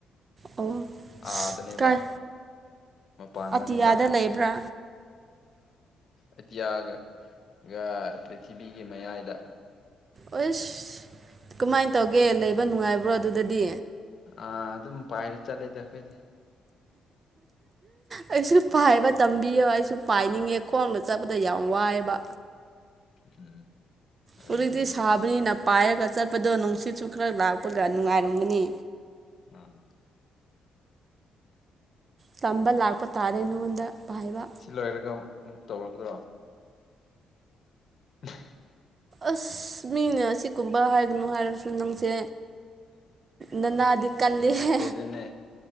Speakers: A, on the right; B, on the left.
A: ꯑꯣ
B: ꯑꯥꯗꯅꯦꯕ
A: ꯀꯥꯏ
B: ꯃꯄꯥꯟꯗꯅꯦꯕ
A: ꯑꯇꯤꯌꯥꯗ ꯂꯩꯕ꯭ꯔꯥ
B: ꯑꯇꯤꯌꯥꯒꯒ ꯄ꯭ꯔꯤꯊꯤꯕꯤꯒꯤ ꯃꯌꯥꯏꯗ
A: ꯑꯣꯏꯁ ꯀꯃꯥꯏꯅ ꯇꯧꯒꯦ ꯂꯩꯕ ꯅꯨꯡꯉꯥꯏꯕ꯭ꯔꯣ ꯑꯗꯨꯗꯗꯤ
B: ꯑꯥ ꯑꯗꯨꯝ ꯄꯥꯏꯔ ꯆꯠꯂꯦꯗ ꯑꯩꯈꯣꯏꯗꯤ
A: ꯑꯩꯁꯨ ꯄꯥꯏꯕ ꯃꯇꯝ ꯕꯤꯌꯣ ꯑꯩꯁꯨ ꯄꯥꯏꯅꯤꯡꯉꯦ ꯈꯣꯡꯅ ꯆꯠꯄꯗ ꯌꯥꯝ ꯋꯥꯏꯑꯦꯕ
B: ꯎꯝ ꯑꯣꯏꯔꯝꯅꯤ
A: ꯍꯧꯖꯤꯛꯇꯤ ꯁꯥꯕꯅꯤꯅ ꯄꯥꯏꯔꯒ ꯆꯠꯄꯗꯣ ꯅꯨꯡꯁꯤꯠꯁꯨ ꯈꯔ ꯂꯥꯛꯄꯒ ꯅꯨꯡꯉꯥꯏꯔꯝꯒꯅꯤ
B: ꯑꯥ
A: ꯇꯝꯕ ꯂꯥꯛꯄ ꯇꯥꯔꯦ ꯅꯉꯣꯟꯗ ꯄꯥꯏꯕ
B: ꯁꯤ ꯂꯩꯔꯒ ꯑꯃꯨꯛ ꯇꯧꯔꯒꯗ꯭ꯔꯣ <unintelligible>
A: ꯑꯁ ꯃꯤꯅ ꯑꯁꯤ ꯀꯨꯝ ꯕꯥ ꯍꯥꯏꯒꯅꯨ ꯍꯥꯏꯔꯁꯨ ꯅꯪꯁꯦ ꯅꯅꯥꯗꯤ ꯀꯜꯂꯤꯍꯦ
B: ꯅꯠꯇꯦ ꯗꯦꯅꯦ